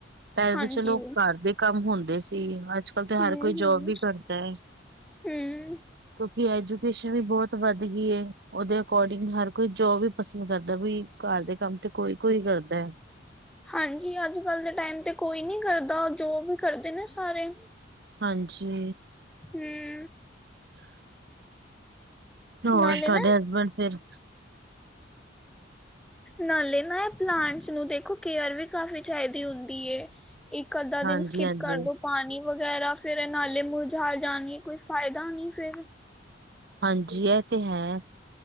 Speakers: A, on the right; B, in the centre.
A: ਪਹਿਲੇ
B: ਹਾਂਜੀ,
A: ਤਾਂ ਚਲੋ ਘਾਰਦੇ ਕੰਮ ਹੁੰਦੇ ਸੀ ਅੱਜ ਤੇ ਹਰ
B: ਹੂੰ-ਹੂੰ,
A: ਕੋਈ
B: ਹੂੰ।
A: ਜੋਬ ਵੀ ਕਰਦਾ ਹੈ
B: ਹੂੰ
A: ਕਿਉਂਕਿ ਐਜੂਕੇਸ਼ਨ ਵੀ ਬਹੁਤ ਵੱਧ ਗਈ ਏ। ਉਹਦੇ ਅਕੋਰਡਿੰਗ ਹਰ ਕੋਈ ਜੋਬ ਵੀ ਪਸੰਦ ਕਰਦਾ ਬਈ ਘਰ ਦੇ ਕੰਮ ਤੇ ਕੋਈ ਕੋਈ ਕਰਦਾ।
B: ਹਾਂਜੀ ਅੱਜ ਕੱਲ ਦੇ ਟਾਈਮ ਤੇ ਕੋਈ ਨੀ ਕਰਦਾ ਜੋਬ ਈ ਕਰਦੇ ਨੇ ਸਾਰੇ
A: ਹਾਂਜੀ
B: ਹੂੰ
A: <inaudible> ਹੋਰ
B: ਨਾਲੇ
A: ਤੁਹਾਡੇ
B: ਨਾ
A: ਹਸਬੈਂਡ ਫਿਰ ਹ
B: ਨਾਲੇ ਨਾ ਇਹ ਪਲਾਂਟਸ ਨੂੰ ਦੇਖੋ ਕੇਅਰ ਵੀ ਕਾਫ਼ੀ ਚਾਹੀਦੀ ਹੁੰਦੀ ਏ। ਇੱਕ ਅੱਧਾ
A: ਹਾਂਜੀ
B: ਦਿਨ ਸਕਿਪ
A: ਹਾਂਜੀ
B: ਕਰ ਦੋ। ਪਾਣੀ ਵਗੈਰਾ ਫਿਰ ਨਾਲੇ ਮੁਰਝਾ ਜਾਣੀ ਕੋਈ ਫ਼ਾਇਦਾ ਨ ਫਿਰ
A: ਹਾਂਜੀ ਇਹ ਤੇ ਹੈ।